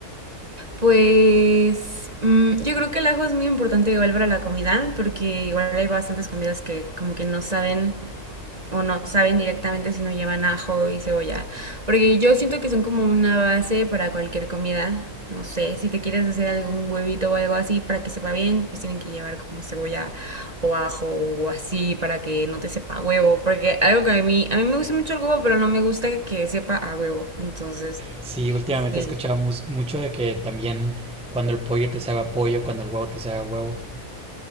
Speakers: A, on the right; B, in the centre.
A: pues mm, yo creo que el ajo es muy importante igual para la comida, porque igual hay bastantes comidas que como que no saben o no saben directamente si no llevan ajo y cebolla. Porque yo siento que son como una base para cualquier comida. No sé, si te quieres hacer algún huevito o algo así para que sepa bien, pues tienen que llevar como cebolla o ajo o así para que no te sepa a huevo. Porque algo que a mí, a mí me gusta mucho el huevo, pero no me gusta que sepa a huevo. Entonces,
B: Sí, últimamente
A: sí.
B: he escuchado mu- mucho de que también cuando el pollo te sabe a pollo, cuando el huevo te sabe a huevo.